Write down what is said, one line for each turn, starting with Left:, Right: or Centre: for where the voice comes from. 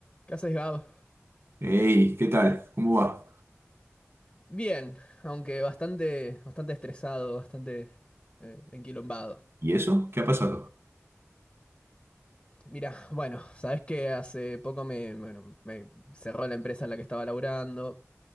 Left: ¿Qué haces, Gab?
Right: Hey, ¿qué tal? ¿Cómo va?
Left: Bien, aunque bastante, bastante estresado, bastante eh, enquilombado.
Right: ¿Y eso? ¿Qué ha pasado?
Left: Mira, bueno, sabes que hace poco me, bueno, me cerró la empresa en la que estaba laburando.